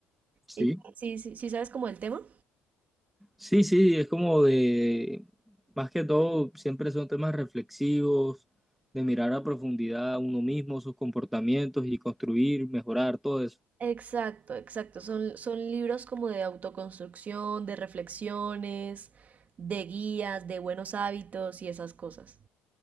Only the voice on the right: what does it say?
Y- Sí, sí, sí, ¿sabes como el tema?
Exacto, exacto. Son, son libros como de autoconstrucción, de reflexiones, de guías, de buenos hábitos y esas cosas.